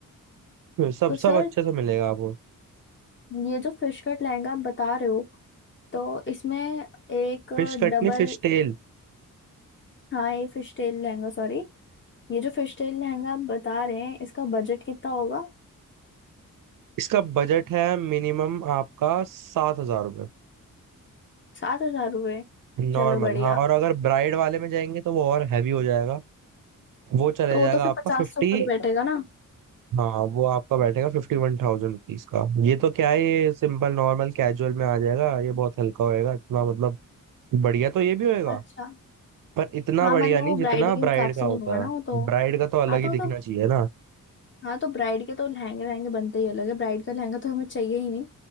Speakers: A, on the right (about 75°); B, on the left (about 35°).
A: सब
B: तो सर
A: सब अच्छे से मिलेगा आपको
B: ये जो फिश कट लहंगा आप बता रहे हो तो इसमें एक
A: फिश कटनी
B: डबल
A: फिश टेल
B: हाँ ये फिश टेल लहंगा सॉरी ये जो फिश टेल लहंगा आप बता रहे हैं इसका बजट कितना होगा
A: इसका बजट है मिनिमम आपका सात हजार रुपये
B: सात हजार रुपये
A: नॉर्मल
B: चलो बढ़िया
A: हाँ और अगर ब्राइड वाले में जाएंगे तो वो और हैवी हो जाएगा वो चले
B: तो
A: जाएगा
B: वो तो फिर
A: आपका
B: पचास
A: फिफ्टी
B: सौ ऊपर ही बैठेगा ना
A: हाँ वो आपका बैठेगा फिफ्टी वन थाउजेंड रुपीज का ये तो क्या है ये सिंपल नॉर्मल कैजुअल में आ जाएगा ये बहुत हल्का होएगा इतना मतलब बढ़िया तो ये भी होएगा
B: अच्छा
A: पर इतना
B: हाँ
A: बढ़िया
B: मतलब
A: नहीं
B: वो ब्राइड
A: जितना
B: के
A: ब्राइड
B: हिसाब से
A: का होता
B: नहीं होगा ना
A: है
B: वो तो
A: ब्राइड का तो अलग
B: हाँ तो
A: ही
B: वो
A: दिखना
B: तो
A: चाहिए ना
B: हाँ तो ब्राइड के तो लहंगे वहंगे बनते ही अलग है ब्राइड का लहंगा तो हमें चाहिए ही नहीं